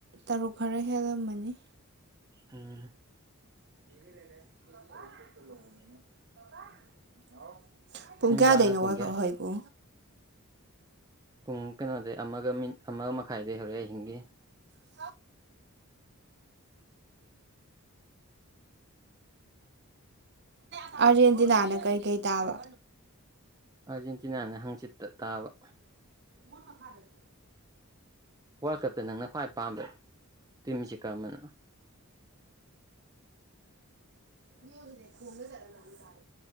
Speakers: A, on the right; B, on the right.
A: ꯇꯔꯨꯛ ꯈꯔ ꯍꯦꯜꯂꯝꯃꯅꯤ
B: ꯎꯝ
A: <unintelligible> ꯄꯨꯡ
B: ꯅꯨꯃꯤꯗꯥꯡꯅ
A: ꯀꯌꯥꯗꯩꯅꯣ
B: ꯄꯨꯡ
A: ꯋꯥꯜꯀꯞ
B: ꯀꯌꯥ
A: ꯍꯧꯋꯤꯕꯨ
B: ꯄꯨꯡ ꯀꯩꯅꯣꯗꯩ ꯑꯃꯒ ꯃꯤꯅꯤꯠ ꯑꯃ ꯃꯈꯥꯏꯗꯩ ꯍꯧꯔꯦ ꯑꯍꯤꯡꯒꯤ
A: <inaudible> <unintelligible> <unintelligible> ꯑꯥꯔꯖꯦꯟꯇꯤꯅꯥꯅ ꯀꯩꯀꯩ ꯇꯥꯕ
B: ꯑꯥꯔꯖꯦꯟꯇꯤꯅꯥꯅ ꯍꯥꯡꯆꯤꯠꯇ ꯇꯥꯕ
A: ꯃꯣꯏ ꯃꯈꯥꯗꯅꯤ
B: ꯋꯥꯜꯀꯞꯇ ꯅꯪꯅ ꯈ꯭ꯋꯥꯏ ꯄꯥꯝꯕ ꯇꯤꯝꯁꯦ ꯀꯔꯝꯕꯅꯣ
A: <unintelligible> <inaudible>